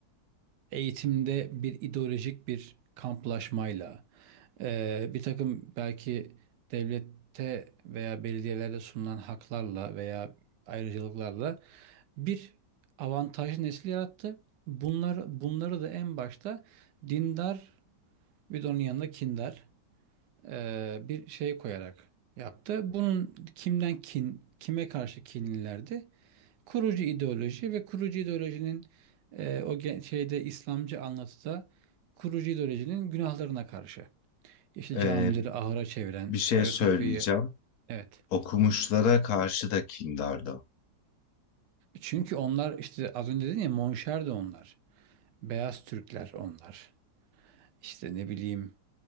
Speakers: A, on the right (about 80°); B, on the left (about 70°).
A: eğitimde bir ideolojik bir kamplaşmayla eee, bir takım belki devlette veya belediyelerde sunulan haklarla veya ayrıcalıklarla bir avantajlı nesil yarattı. Bunları, bunları da en başta dindar bir de onun yanında kindar e, bir şey koyarak yaptı. Bunun kimden kin, kime karşı kinlilerdi? Kurucu ideoloji ve kurucu ideolojinin e, o ge- şeyde İslamcı anlatıda kurucu ideolojinin günahlarına karşı. İşte
B: Ee,
A: camileri ahıra çeviren,
B: bir şey
A: Ayasofya'yı
B: söyleyeceğim
A: evet.
B: okumuşlara karşı da kindardı.
A: Çünkü onlar işte az önce dedin ya Monşer de onlar. Beyaz Türkler onlar. İşte ne bileyim